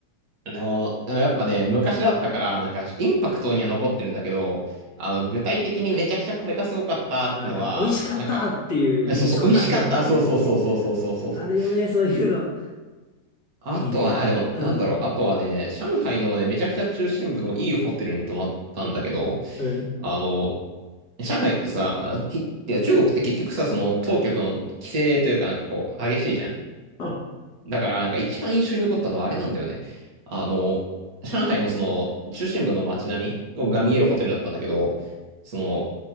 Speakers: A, on the right; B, on the left.
A: でも、やっぱね、昔だったから、なんか、インパクトには残ってるんだけど、あの、具体的にめちゃくちゃこれがすごかったってのは、
B: なんか、美味しかったっていう印象だけ残ってるっていう。
A: なんか、えそうそう、美味しかった、そうそうそうそうそうそうそうそう。
B: あるよね、そういうの。
A: あとは、
B: いいね。
A: あ、でも、
B: うん。
A: なんだろう、あとはね、上海のね、めちゃくちゃ中心部のいいホテルに泊まったんだけど、
B: え、うん。
A: あの、上海ってさ、き、てか中国って結局さ、その当局の規制というかなんかこう激しいじゃん。
B: うん。
A: だからなんか一番印象に残ったのはあれなんだよね。あの、上海のその中心部の街並みが見えるホテルだったんだけど、
B: うん。
A: その、